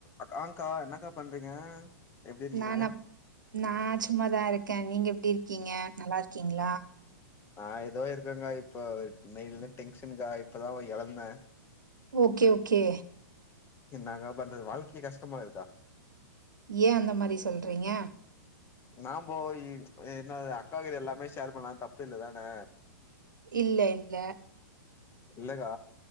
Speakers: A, on the left; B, on the right.
A: அதாங்கா என்னக்கா பண்றீங்க எப்டி இருக்கீங்க
B: நானா நா சும்மாதா இருக்கே நீங்க எப்டி இருக்கீங்க நல்லா இருக்கீங்ளா
A: நா எதோ இருக்கேங்கா இப்போ இன்னெய்லந்து டென்ஷன்கா இப்பதா எழந்தே
B: ஓகே ஓகே
A: இன்னாகா பண்றது வாழ்க்கையே கஷ்டமாகுதுகா
B: ஏ அந்தமாரி சொல்றீங்க
A: ந போயி என்ன அக்காகிட்ட எல்லாமே ஷேர் பண்லா தப்பு இல்லதானே
B: இல்ல இல்ல
A: இல்லக்கா